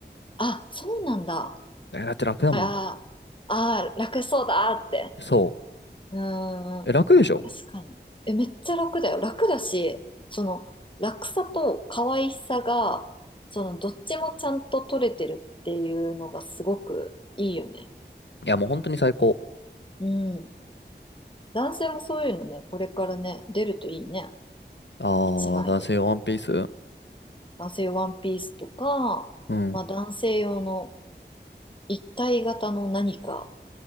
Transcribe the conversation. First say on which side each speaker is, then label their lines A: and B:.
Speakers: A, on the left (about 25°); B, on the left (about 75°).
A: あ、そうなんだ。
B: え、だって楽だもん。
A: あら、あー、楽そうだって。
B: そ
A: うん
B: う。え、楽でしょ
A: 確かに。え、めっちゃ楽だよ。楽だし、その楽さと可愛さが、そのどっちもちゃんと取れてるっていうのがすごくいいよね。
B: いや、もう本当に最高。
A: うん。男性もそういうのね、これからね、出るといいね。
B: あー、
A: 一枚で。
B: 男性ワンピース
A: 男性用ワンピースとか、
B: うん。
A: まあ男性用の一体型の何か